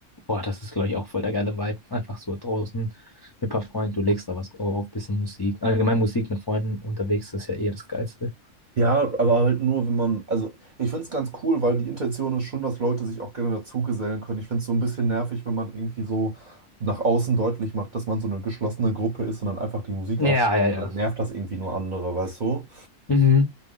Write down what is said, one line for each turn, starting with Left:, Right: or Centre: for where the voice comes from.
Left: Boah, das ist, glaube ich, auch voll der geile Vibe. Einfach so draußen mit ein paar Freunden, du legst da was drauf, bisschen Musik. Allgemein Musik mit Freunden unterwegs ist ja eh das Geilste.
Right: Ja, aber halt nur, wenn man, also ich finde es ganz cool, weil die Intention ist schon, dass Leute sich auch gerne dazugesellen können. Ich finde es so ein bisschen nervig, wenn man irgendwie so nach außen deutlich macht, dass man so eine geschlossene Gruppe ist und dann einfach die Musik
Left: Ja,
Right: auf,
Left: ja, ja.
Right: dann nervt das irgendwie nur andere, weißt du?
Left: Mhm.